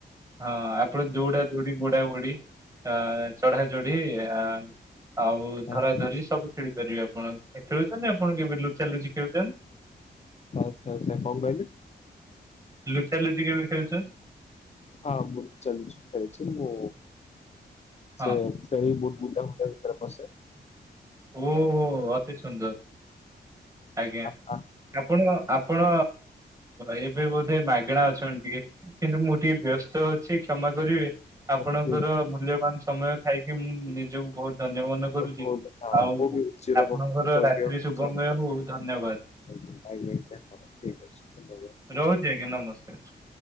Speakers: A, on the right (about 20°); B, on the left (about 40°).
A: ହଁ ଆପଣେ ଦୌଡା ଦୌଡି ବୋଡା ବୋଡି ଆ ଚଢା ଚଢ଼ି ଆ ଆଉ
B: ହଁ
A: ଧରା
B: ହଁ।
A: ଧରି ସବୁ ଖେଳି ପାରିବେ ଆପଣ। ଏ ଖେଳଛନ୍ତି ଆପଣ କେବେ ଲୁଚା ଲୁଚି ଖେଳୁଛନ୍ତି।
B: ଆଚ୍ଛା ଆଚ୍ଛା କଣ କହିଲେ।
A: ଲୁଚା ଲୁଚି କେବେ ଖେଳିଚ।
B: ହଁ ମୁଁ ଚାଲୁଛି ଖାଇଛି ମୁଁ।
A: ହଁ।
B: ସେ ଛେଳି ବହୁତ ବୁଦା ଫୁଦା ଭିତରେ ପଶେ।
A: ଓହୋ ଅତି ସୁନ୍ଦର। ଆଜ୍ଞା
B: ଆ- ଆ-
A: ଆପଣ ଆପଣ ଏବେ ବୋଧେ ମାଗଣା ଅଛନ୍ତି ଟିକେ କିନ୍ତୁ ମୁଁ ଟିକେ ବ୍ୟସ୍ତ ଅ ଛି କ୍ଷମା କରିବେ ଆପଣଙ୍କର
B: କି-
A: ମୂଲ୍ୟବାନ ସମୟ ଥାଇକି ମୁଁ ନିଜକୁ ବହୁତ ଧନ୍ୟ ମନେ କରୁ ଆଉ
B: ବହୁତ, ହଁ ମୁଁ ବି ଚିର
A: ଆପଣଙ୍କର
B: କୃତଜ୍ଞ
A: ରାତ୍ରି
B: ହଉଛି
A: ଶୁଭମୟ
B: ଆପଣ
A: ହଉ ଧନ୍ୟବାଦ।
B: ଆଜ୍ଞା ଆଜ୍ଞା ଆଜ୍ଞା। ହଁ ଠିକ ଅଛି ଧନ୍ୟବାଦ।
A: ରହୁଛି ଆଜ୍ଞା ନମସ୍କାର।